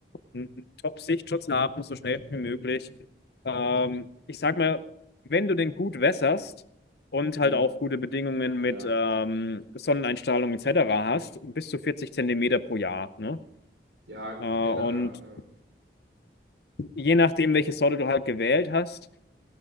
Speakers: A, on the left; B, on the right.
A: einen einen Top-Sichtschutz haben, so schnell
B: hm,
A: wie möglich. Ähm, ich sag mal, wenn du den gut wässerst und
B: hm,
A: halt auch gute Bedingungen
B: ja,
A: mit ähm, Sonneneinstrahlung etc.
B: hm,
A: hast, bis zu 40 Zentimeter pro Jahr. Ne?
B: ja,
A: Äh, und
B: genau, ja, ja,
A: je nachdem, welche Sorte du halt gewählt hast,